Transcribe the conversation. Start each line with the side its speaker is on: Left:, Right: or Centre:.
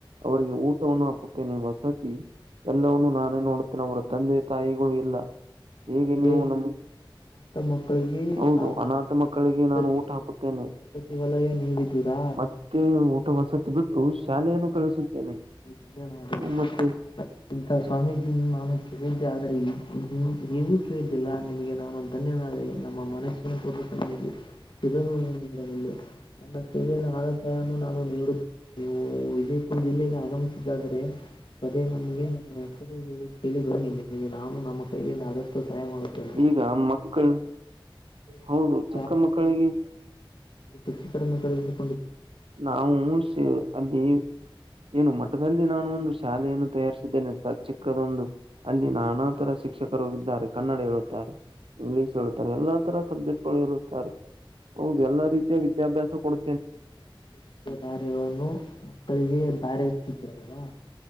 Right: ಅವರಿಗೆ ಊಟವನ್ನು ಹಾಕ ವಸತಿ ಎಲ್ಲವವನ್ನುೂ ನಾನೇ ನೋಡುತ್ತೇನೆ ಅವರ ತಂದೆ ತಾಯಿಗಳು ಇಲ್ಲ ಹೇಗೆ
Left: ಅಂದ್ರೆ
Right: ನೀವು ನಮಗೆ
Left: ಅನಾಥ ಮಕ್ಕಳಿಗೆ
Right: ಹೌದು
Left: ಆ
Right: ಅನಾಥ ಮಕ್ಕಳಿಗೆ
Left: ಎಲ್ಲ ವಸತಿ
Right: ನಾನು ಊಟ ಹಾಕುತ್ತೇನೆ
Left: ವಸತಿ ವಲಯ ನೀಡಿದ್ದೀರಾ
Right: ಮತ್ತೆ ಊಟ ವಸತಿ ಬಿಟ್ಟು ಶಾಲೆಯನ್ನು ಕಳಿಸುತ್ತೇನೆ
Left: ಧನ್ಯನಾದೆ.
Right: ಮತ್ತೆ
Left: ಇಂತ ಸ್ವಾಮೀಜಿ ನಾನು ಕೇಳಿದ್ದೆ ಆದರೆೆ ಹಗೂ ಕೇಳಿದ್ದಿಲ್ಲ ನಿಮಗೆ ನಾನುೊಂದು ಧನ್ಯವಾದ ನಮ್ಮ ಮನಸ್ಸಿನ ಪೂರ್ವಸ ಇದನ್ನು ನೀಡಬಿಲ್ಲ ನನ್ನ ಕಗಿನ ಆದ ಸಾಯನ್ನು ನಾನು ನೀಡುತ್ತ ನೀವು ವಿಜಯಪುರ ಜಿಲ್ಲೆಗೆ ಆಗಮಿಸಿದ್ದಾದ್ರೆ ಅದೇ ನಮಗೆ ನಮ್ಮ ಹೆಸರು ಹೇಳಿ ಕೇಳಿ ಬನ್ನಿ ನಿಮಗೆ ನಾನು ನಮ್ಮ ಕೈಲಿಂದ ಆದಷ್ಟು ಸಹಾಯ ಮಾಡುತ್ತೇನೆ.
Right: ಈಗ ಮಕ್ಕಳ
Left: ನೀವು
Right: ಹೌದು ಚಿಕ್ಕ ಮಕ್ಕಳಿಗೆ
Left: ಎ ಕಾರರ ನರ
Right: ನಾವು ಅಲ್ಲಿ ಏನು ಮಠದಲ್ಲಿ ನಾನು ಒಂದು ಶಾಲೆಯನ್ನು ತಯಾರಿಸಿದ್ದೇನೆ ಸ ಚಿಕ್ಕದೊಂದು ಅಲ್ಲಿ ನಾನಾ ಶಿಕ್ಷಕರು ಇದ್ದಾರೆ ಕನ್ನಡ ಹೇಳುತ್ತಾರೆ ಇಂಗ್ಲಿೀಷ್ ಹೇಳುತ್ತಾರೆ ಎಲ್ಲಾ ತರ ಸಬ್ಜೆಕ್ಟ್ಗಳು ಇರುತ್ತ ಹೌದು ಎಲ್ಲಾ ರೀತಿಯ ವಿದ್ಯಾಭ್ಯಾಸ ಕೊಡ್
Left: ಎಲ್ಲ ರೀತಿಯ ವತ್ಯ ದಾರಿಗಳನ್ನು ಮಕ್ಕಳಿಗೆ ದಾರಿಂತಿದ್ದರಲ್ವಾ